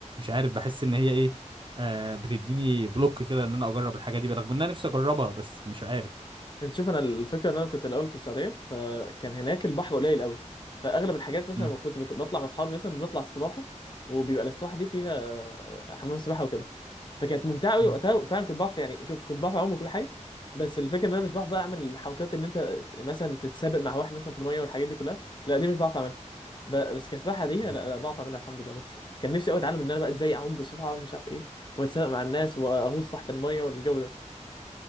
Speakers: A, on the right; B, on the left.
A: عارف بحس ان هي ايه آه بتديني بلوك كده ان انا اجرب الحاجه دي رغم ان انا نفسي اجربها بس مش عارف
B: انت شوف انا الفكره ان انا كنت الاول في السعوديه فكان هناك البحر قليل قوي فاغلب الحاجات مثلا
A: مم.
B: لما كنت بت- بطلع مع اصحابي مثلا بنطلع استباحه وبيبقى الاستباحه دي فيها آه، حمام سباحه وكده فكانت ممتعه قوي
A: مم.
B: وقتها فعلا كنت بعرف يعني شوف كنت بعرف اعوم وكل حاجه بس الفكره ان انا مش بعرف بقى اعمل حركات ان انت مثلا تتسابق مع واحد مثلا في الميه والحاجات دي كلها لا دي مش بعرف اعملها ب- بس كسباحه دي
A: مم.
B: لا, لا بعرف اعملها الحمد لله بس كان نفسي قوي اتعلم ان انا بقى ازاي اعوم بسرعه ومش عارف ايه واتسابق مع الناس واغوص تحت الميه والجو ده